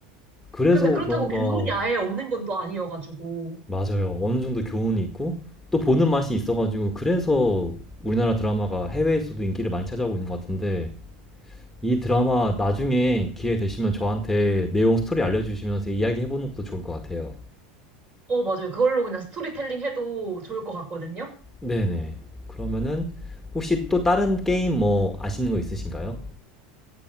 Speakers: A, in the centre; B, on the right (about 35°).
A: 그래서
B: 근데 그렇다고
A: 그런가,
B: 교훈이 아예 없는 건 또 아니어가지고.
A: 맞아요. 어느 정도 교훈이 있고, 또 보는 맛이 있어가지고, 그래서 우리나라 드라마가 해외에서도 인기를 많이 찾아오고 있는 것 같은데, 이 드라마 나중에 기회 되시면 저한테 내용 스토리 알려주시면서 이야기해보는 것도 좋을 것 같아요.
B: 어, 맞아요. 그걸로 그냥 스토리텔링 해도 좋을 것 같거든요.
A: 네네. 그러면은 혹시 또 다른 게임 뭐 아시는 거 있으신가요?